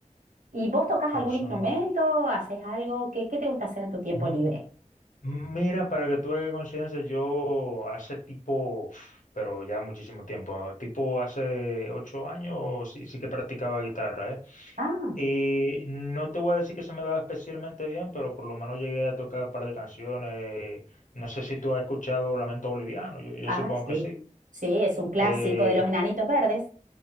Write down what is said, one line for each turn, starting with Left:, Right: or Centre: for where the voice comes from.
Right: ¿Y vos tocas
Left: Pero
Right: algún
Left: eso
Right: instrumento?
Left: no.
Right: ¿Haces algo? ¿Qué, qué te gusta hacer en tu tiempo
Left: M-
Right: libre?
Left: Mira, para que tú hagas coincidencia, yo hace tipo, uf, pero ya muchísimo tiempo, tipo hace ocho años sí, sí que practicaba guitarra, ¿eh?
Right: Ah.
Left: Y no te voy a decir que se me daba especialmente bien, pero por lo menos llegué a tocar un par de canciones. No sé si tú has escuchado Lamento Boliviano, yo, yo
Right: Ah,
Left: supongo que
Right: sí.
Left: sí.
Right: Sí, es un clásico
Left: Eh,
Right: de los enanitos verdes.